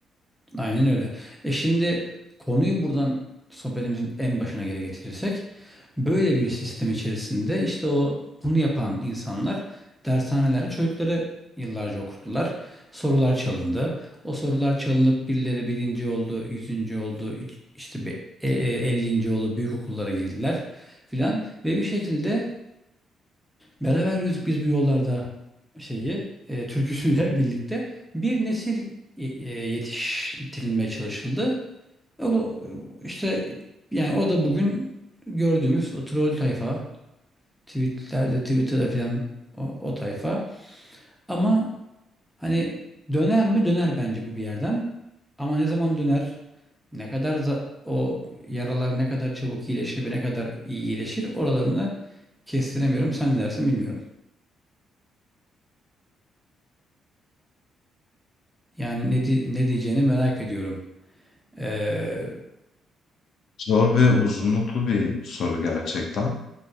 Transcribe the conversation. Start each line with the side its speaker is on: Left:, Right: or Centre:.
Centre: Aynen öyle. E şimdi konuyu buradan sohbetimizin en başına geri getirirsek böyle bir sistem içerisinde işte o bunu yapan insanlar dershanelerde çocukları yıllarca okuttular. Sorular çalındı. O sorular çalınıp birileri birinci oldu, yüzüncü oldu, iç- işte bir e- e- ellinci oldu, büyük okullara girdiler filan ve bir şekilde Beraber yürüdük biz bu yollarda şeyi e, türküsüyle <laughs> birlikte bir nesil e, e, yetiştirilmeye çalışıldı. O, bu- işte yani o da bugün gördüğümüz o troll tayfa tweetlerde Twitter'da filan o, o tayfa. Ama hani döner mi? Döner bence bu bir yerden. Ama ne zaman döner? Ne kadar za- o yaralar ne kadar çabuk iyileşir ve ne kadar iyi iyileşir oralarını kestiremiyorum. Sen ne dersin bilmiyorum. Yani ne, di- ne diyeceğini merak ediyorum. Ee,
Left: Zor ve uzunluklu bir soru gerçekten.